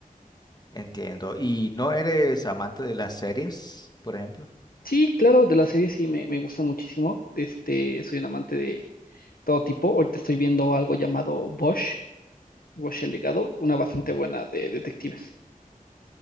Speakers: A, on the left; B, on the left.
A: entiendo. ¿Y no eres amante de las series, por ejemplo?
B: Sí, claro, de las series sí me, me gusta muchísimo. Este, soy un amante de todo tipo. Ahorita estoy viendo algo llamado Bosch, Bosch el legado, una bastante buena de detectives.